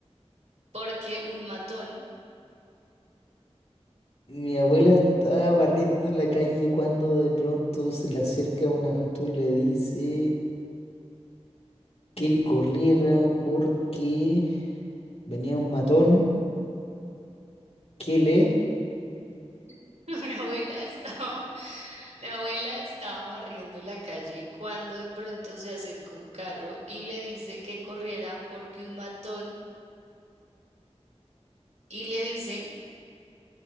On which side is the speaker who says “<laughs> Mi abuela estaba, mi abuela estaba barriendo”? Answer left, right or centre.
Right